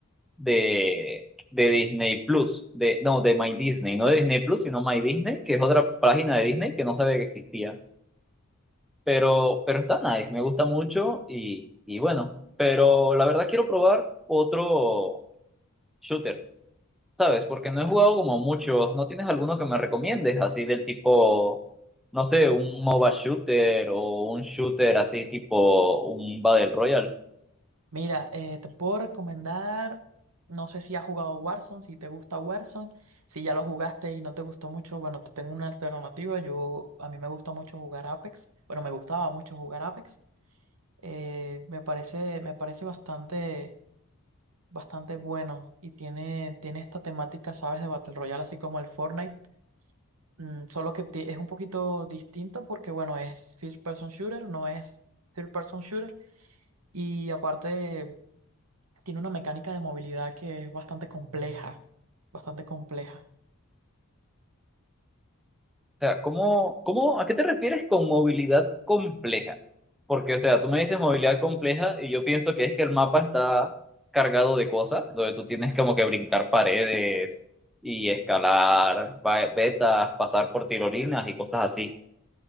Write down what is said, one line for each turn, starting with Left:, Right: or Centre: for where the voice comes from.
Centre: de, de Disney Plus, de, no, de My Disney, no de Disney Plus, sino My Disney, que es otra página de Disney que no sabía que existía. Pero, pero está nice, me gusta mucho y, y bueno, pero la verdad quiero probar otro shooter, ¿sabes? Porque no he jugado como muchos, ¿no tienes alguno que me recomiendes así del tipo, no sé, un MOBA shooter o un shooter así tipo un Battle Royale?
Right: Mira, eh, te puedo recomendar, no sé si has jugado Warzone, si te gusta Warzone, si ya lo jugaste y no te gustó mucho, bueno, te tengo una alternativa, yo, a mí me gusta mucho jugar Apex, bueno, me gustaba mucho jugar Apex, eh, me parece, me parece bastante, bastante bueno y tiene, tiene esta temática, ¿sabes? De Battle Royale, así como el Fortnite, mm, solo que ti- es un poquito distinto porque, bueno, es First Person Shooter, no es Third Person Shooter y aparte... tiene una mecánica de movilidad que es bastante compleja, bastante compleja.
Centre: O sea, ¿cómo, cómo, a qué te refieres con movilidad compleja? Porque, o sea, tú me dices movilidad compleja y yo pienso que es que el mapa está cargado de cosas, donde tú tienes como que brincar paredes y escalar ba- vetas, pasar por tirolinas y cosas así.